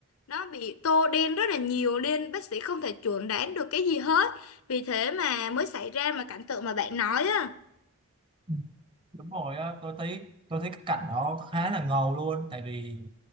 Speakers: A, on the left; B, on the right.
A: nó bị tô đen rất là nhiều nên bác sĩ không thể chuẩn đoán được cái gì hết vì thế mà mới xảy ra mà cảnh tượng mà bạn nói á
B: Ừ. đúng rồi á tôi thấy tôi thấy cái cảnh đó khá là ngầu luôn tại vì